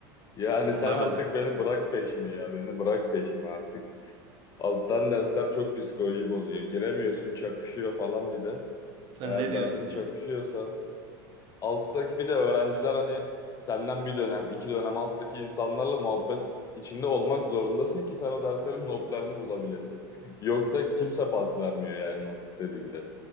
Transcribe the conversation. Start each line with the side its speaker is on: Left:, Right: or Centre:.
Left: Yani
Right: Onlar
Left: sen artık
Right: da der.
Left: beni bırak peşimi ya. Beni bırak peşimi artık. Alttan dersler çok psikoloji bozuyor. Giremiyorsun, çakışıyor falan bir de.
Right: Sen
Left: Eğer
Right: ne diyorsun
Left: dersin çakışıyorsa.
Right: ya?
Left: Alttaki bir de öğrenciler hani senden bir dönem, iki dönem alttaki insanlarla muhabbet içinde olmak zorundasın ki sen o derslerin notlarını bulabilesin. <laughs> Yoksa kimse pas vermiyor yani not istediğinde.